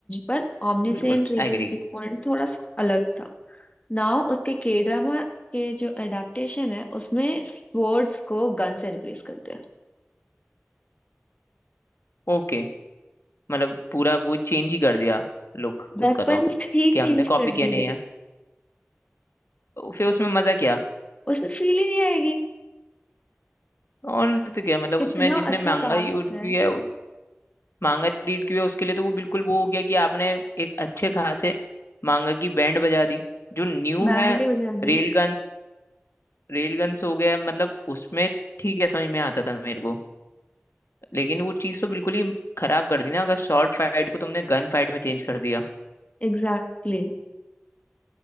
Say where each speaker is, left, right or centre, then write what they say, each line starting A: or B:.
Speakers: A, on the left; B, on the left.
A: पर ऑमनीसेंट
B: बिल्कुल
A: रीडर्स
B: एग्री
A: व्यू पॉइंट थोड़ा सा अलग था नाउ उसके के ड्रामा के जो एडाप्टेशन है उसमें स्वर्ड्स को गन से रिप्लेस कर दिया
B: ओके मतलब पूरा वो चेंज ही कर दिया लुक उसका
A: वेपन्स
B: तो
A: ही
B: कि
A: चेंज
B: हमने कॉपी
A: कर
B: किया
A: दिए
B: नहीं है फिर उसमें मजा क्या
A: उसमें फील ही नहीं आएगी
B: और नहीं तो क्या मतलब उसमें
A: इतना
B: जिसने
A: अच्छा
B: मांगा
A: कास्ट
B: रीड
A: है
B: किया है मांगा रीड किया है, उसके लिए तो वो बिल्कुल वो हो गया कि आपने एक अच्छे खासे मांगा की बैंड बजा दी जो न्यू
A: बैंड
B: है
A: ही बजा दी
B: Rail guns रेल गन्स हो गया मतलब उसमें ठीक है समझ में आता था मेरे को लेकिन वो चीज़ तो बिल्कुल ही खराब कर दी ना अगर शॉर्ट फाइट को तुमने गन फाइट में चेंज कर दिया
A: Exactly